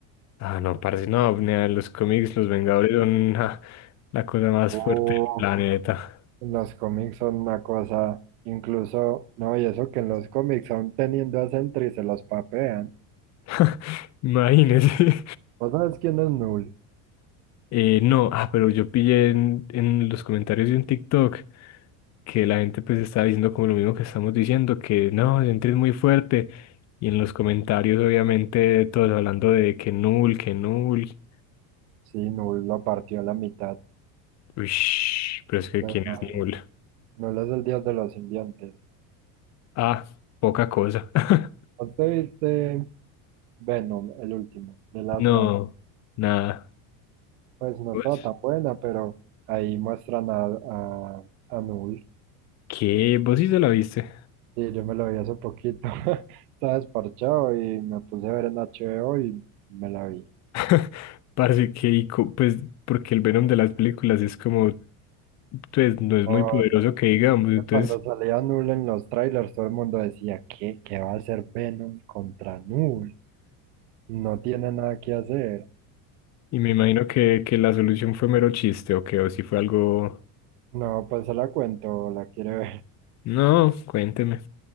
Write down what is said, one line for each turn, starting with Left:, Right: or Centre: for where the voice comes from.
Left: Ah, no, parce, no, nea, los cómics, los Vengadores son ah, la cosa más
Right: Uf,
Left: fuerte del planeta.
Right: los cómics son una cosa, incluso, no, y eso que en los cómics aún teniendo a Sentry se los papean.
Left: <laughs> Imagínese.
Right: ¿Vos sabes quién es Null?
Left: Eh, no, ah, pero yo pillé en, en los comentarios de un TikTok que la gente pues estaba diciendo como lo mismo que estamos diciendo, que no, Sentry es muy fuerte. Y en los comentarios obviamente todos hablando de que Null, que Null.
Right: Sí, Null lo partió a la mitad.
Left: Uish, pero es que
Right: No te
Left: ¿quién
Right: imaginas.
Left: es Null?
Right: Null es el dios de los simbiontes.
Left: Ah, poca cosa. <laughs>
Right: ¿Vos te viste Venom, el último, de Last
Left: No,
Right: Dance?
Left: nada.
Right: Pues no
Left: ¿Vos?
Right: estaba tan buena, pero ahí muestran a, a, a Null.
Left: ¿Qué? ¿Vos sí se la viste?
Right: Sí, yo me lo vi hace poquito. <laughs> Estaba desparchado y me puse a ver en HBO y me la vi.
Left: <laughs> Parece que, ico- pues, porque el Venom de las películas es como, pues, no es
Right: Oh,
Left: muy poderoso que digamos,
Right: es
Left: entonces...
Right: que cuando salía Null en los trailers, todo el mundo decía, ¿qué? ¿Qué va a hacer Venom contra Null? No tiene nada que hacer.
Left: Y me imagino que, que la solución fue mero chiste, o que, o si fue algo...
Right: No, pues se la cuento, la quiere ver. <laughs>
Left: No, cuénteme.